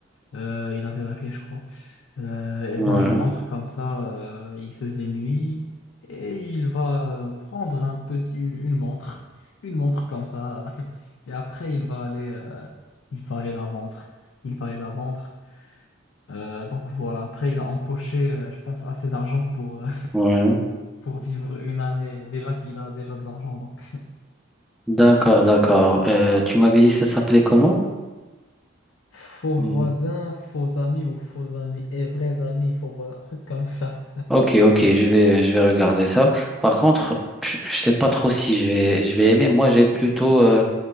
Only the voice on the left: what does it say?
Euh, il avait la clé, je crois. Euh, et
bon, il rentre comme ça. euh, il faisait nuit. Et il va euh, prendre un petit, une, une montre. Une montre comme ça. <laughs> Et après, il va aller, euh, il va aller la vendre. Il va aller la vendre. Euh, donc, voilà. Après, il a empoché, euh, je pense, assez d'argent pour. euh,
pour vivre une année, déjà qu'il a déjà de l'argent. Donc,
faux
voisins, faux amis ou faux amis et vrais amis, faux voisins, un truc comme ça.